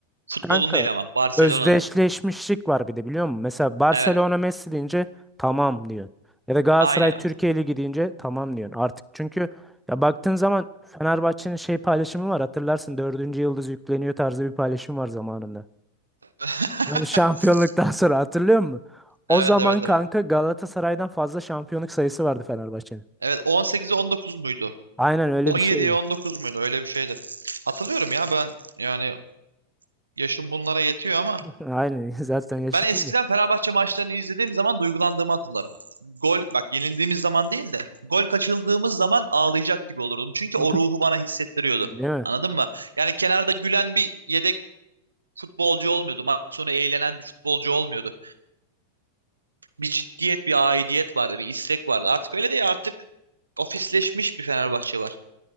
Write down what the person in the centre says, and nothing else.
Kanka
özdeşleşmişlik var bir de biliyor musun? Mesela Barcelona
Messi deyince tamam diyorsun. Ya da Galatasaray
Türkiye Ligi deyince tamam diyorsun. Artık çünkü ya baktığın zaman Fenerbahçe'nin şey paylaşımı var. Hatırlarsın dördüncü yıldız yükleniyor tarzı bir paylaşım var zamanında.
Hani şampiyonluktan sonra hatırlıyor musun? O
zaman
kanka
Galatasaray'dan fazla şampiyonluk sayısı vardı Fenerbahçe'nin.
Aynen öyle
bir şeydi.
<laughs> Aynen <laughs> zaten yaşıtız
ya.
<laughs>
Değil mi?